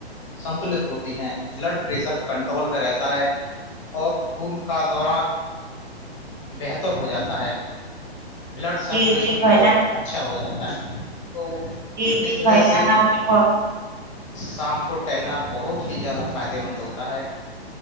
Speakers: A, on the left; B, on the right.
A: سنتلت ہوتی ہے بلڈ پریشر کنٹرول میں رہتا ہے اور خون کا دوران بہتر ہو جاتا ہے بلڈ سرکولیشن
B: جی جی بھائی
A: بہت
B: جان
A: اچھا ہو جاتا ہے تو
B: جی جی
A: اس وجہ
B: بھائی جان
A: سے
B: آپ نے بہت
A: شام کو ٹہلنا بہت ہی زیادہ فائدے مند ہوتا ہے